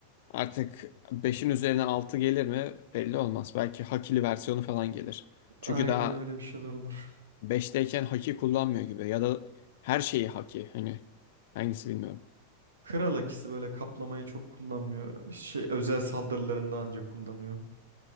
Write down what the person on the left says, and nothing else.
Artık 5'in üzerine 6 gelir mi belli olmaz. Belki hakili versiyonu falan gelir. Çünkü
daha
5'teyken haki kullanmıyor gibi ya da her şeyi haki hani hangisi bilmiyorum.